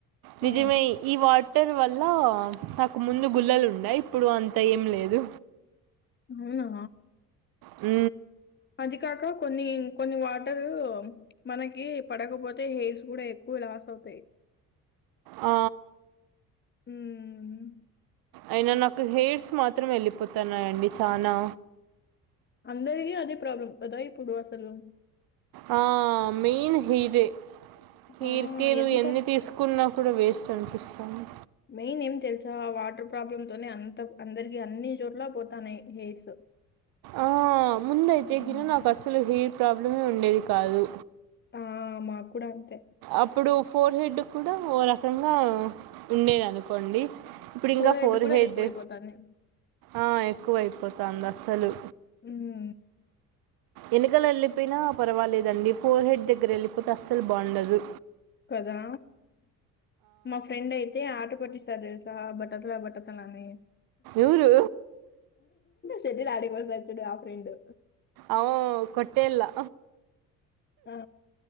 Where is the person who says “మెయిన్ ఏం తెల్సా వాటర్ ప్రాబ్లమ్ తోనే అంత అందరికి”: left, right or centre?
Left